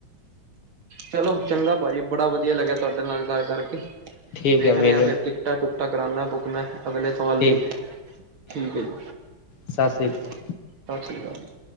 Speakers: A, on the right; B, on the left.
A: ਚਲੋ ਚੰਗਾ ਭਾਜੀ ਬੜਾ ਵਧੀਆ ਲੱਗਿਆ ਤੁਹਾਡੇ ਨਾਲ ਗੱਲ ਕਰਕੇ।
B: ਠੀਕ
A: ਵੇਖਣੇ
B: ਹੈ ਵੀਰ
A: ਆ ਫਿਰ ਟਿਕਟਾਂ-ਟੁਕਟਾਂ ਕਰਨਾ ਬੁੱਕ ਮੈਂ ਅਗਲੇ ਸਾਲ
B: ਠੀਕ
A: ਦੀ, ਠੀਕ ਹੈ ਜੀ
B: ਸਤਿ ਸ੍ਰੀ
A: ਸਤਿ
B: ਅਕਾਲ
A: ਸ੍ਰੀ ਅਕਾਲ ਜੀ।